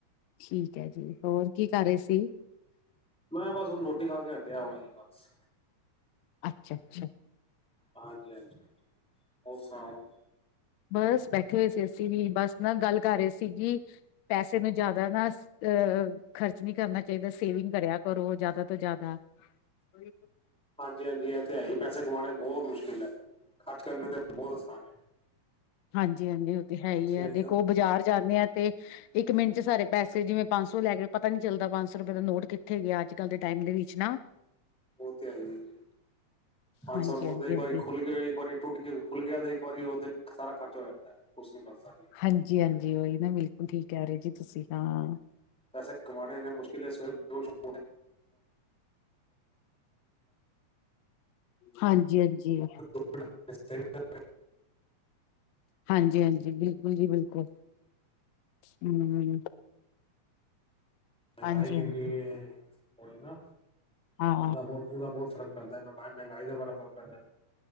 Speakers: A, on the left; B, in the centre.
A: ਠੀਕ ਹੈ, ਜੀ ਹੋਰ ਕੀ ਕਰ ਰਹੇ ਸੀ?
B: ਮੈਂ ਬਸ ਹੁਣ ਰੋਟੀ ਖਾ ਕੇ ਹਟਿਆ ਹੁਣੇ ਜੀ ਬਸ।
A: ਅੱਛਾ ਅੱਛਾ।
B: ਹਾਂਜੀ ਹਾਂਜੀ ਹੋਰ ਸੁਣਾਓ।?
A: ਬਸ ਬੈਠੇ ਹੋਏ ਸੀ ਅਸੀਂ ਵੀ ਬਸ ਨਾ ਗੱਲ ਕਰ ਰਹੇ ਸੀ ਕਿ ਪੈਸੇ। ਸਾਨੂੰ ਜ਼ਿਆਦਾ ਨਾ ਅ ਖਰਚ ਨਹੀਂ ਕਰਨਾ ਚਾਹੀਦਾ। ਸੇਵਿੰਗ ਕਰਿਆ ਕਰੋ ਜ਼ਿਆਦਾ ਤੋਂ ਜ਼ਿਆਦਾ। ਉਹੀ ਤੇ।
B: ਹਾਂਜੀ, ਹਾਂਜੀ ਇਹ ਤੇ ਹੈ ਹੀ ਪੈਸੇ ਕਮਾਉਣੇ ਬਹੁਤ ਮੁਸ਼ਕਿਲ ਹੈ। ਖਰਚ ਕਰਨ ਤੇ ਬਹੁਤ ਅਸਾਨ ਹੈ।
A: ਹਾਂਜੀ, ਹਾਂਜੀ ਉਹ ਤੇ ਹੈ ਹੀ
B: ਛੇ
A: ਹੈ ਦੇਖੋ ਉਹ ਬਾਜ਼ਾਰ ਜਾਂਦੇ ਆ ਤੇ। ਇੱਕ ਮਿੰਟ 'ਚ ਸਾਰੇ ਪੈਸੇ ਜਿਵੇਂ ਪੰਜ ਸੌ ਲੈ ਕੇ। ਪਤਾ ਨੀ ਚੱਲਦਾ ਪੰਜ ਸੌ ਰੁਪਏ ਦਾ ਨੋਟ ਕਿੱਥੇ ਗਿਆ ਅੱਜ ਕੱਲ੍ਹ ਦੇ ਟਾਈਮ ਦੇ ਵਿੱਚ ਨਾ।
B: ਉਹ ਤੇ ਹੈ ਹੀ ਹੈ ਜੀ ਪੰਜ
A: ਹਾਂਜੀ
B: ਸੌ ਦਾ ਨੋਟ
A: ਹਾਂਜੀ
B: ਜੇ ਇੱਕ
A: ਹਾਂਜੀ
B: ਵਾਰੀ ਖੁੱਲ ਗਿਆ ਇੱਕ ਵਾਰੀ। ਟੁੱਟ ਕੇ ਖੁੱਲ ਗਿਆ ਤੇ ਇੱਕ ਵਾਰੀ ਉਹ ਤੇ ਸਾਰਾ ਖਰਚ ਹੋ ਜਾਂਦਾ ਕੁਛ ਨੀ ਬੱਚਦਾ ਜੀ।
A: ਹਾਂਜੀ, ਹਾਂਜੀ ਉਹੀ ਨਾ ਬਿਲਕੁਲ ਠੀਕ ਕਹਿ ਰਹੇ ਜੀ ਤੁਸੀਂ ਹਾਂ।
B: ਪੈਸੇ ਕਮਾਉਣੇ ਨੇ ਮੁਸ਼ਕਿਲ ਹੈ। ਸਵੇਰੇ ਰੋਜ਼। <inaudible>
A: ਹਾਂਜੀ ਹਾਂਜੀ।
B: ਮੈਡਮ ਮਿਸਤਰੀ ਕਿਹੜਾ।
A: ਹਾਂਜੀ, ਹਾਂਜੀ, ਬਿਲਕੁਲ ਜੀ, ਬਿਲਕੁਲ ਹੂੰ।
B: ਮਹਿੰਗਾਈ
A: ਹਾਂਜੀ
B: ਕਿੰਨੀ
A: ਹਾਂਜੀ
B: ਹੈ ਉਹੀਂ ਨਾ
A: ਹਾਂ
B: ਬਹੁਤ ਥੋੜਾ ਬਹੁਤ ਫਰਕ। ਮੰਨਦਾ ਮੈਂ ਮੈਮ ਮਹਿੰਗਾਈ ਦਾ ਬੜਾ ਫਰਕ ਪੈਂਦਾ।